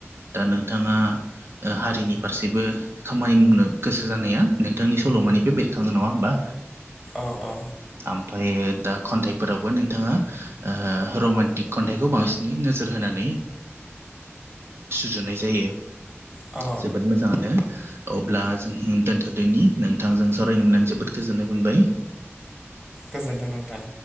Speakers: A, on the right (about 60°); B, on the right (about 20°).
A: दा नोंथाङा हारिनि फारसेबो खामानि मावनो गोसो जानाया नोंथांनि सल'मानिफ्राय बेरखाङो नङा होमबा?
B: औ औ।
A: ओमायो दा खन्थाइफोरावबो नोंथाङा रमान्टिक खन्थाइखौ बांसिन नोजोर होनानै सुजुनाय जायो।
B: औ
A: मोजाङानो अब्ला जों दोनथ'दैनि नोंथांजों सावरायनो मोननानै जोबोद गोजोननाय मोनबाय
B: गोजोन्थों नोंथां।